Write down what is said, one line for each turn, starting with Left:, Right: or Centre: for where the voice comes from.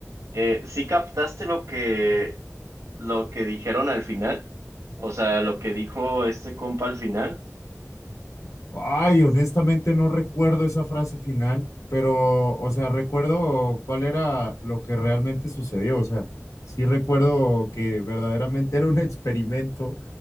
Right: eh, ¿sí captaste lo que, lo que dijeron al final? O sea, lo que dijo este compa al final.
Left: Ay, honestamente no recuerdo esa frase final, pero, o sea, recuerdo cuál era lo que realmente sucedió, o sea, sí recuerdo que verdaderamente era un <laughs> experimento